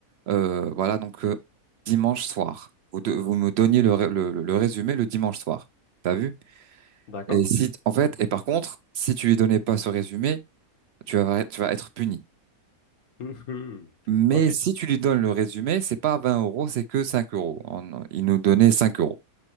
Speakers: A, on the right; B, on the left.
A: euh, voilà, donc, euh, dimanche soir. Vous, de- vous me donniez le, ré- le, le le résumé le dimanche soir. T'as vu?
B: D'accord.
A: Et si,
B: <laughs>
A: t- en fait, et par contre, si tu lui donnais pas ce résumé, tu vas, tu vas être puni.
B: Mhm.
A: Mais
B: OK.
A: si tu lui donnes le résumé, c'est pas 20 euros, c'est que cinq euros. On- il nous donnait 5 euros.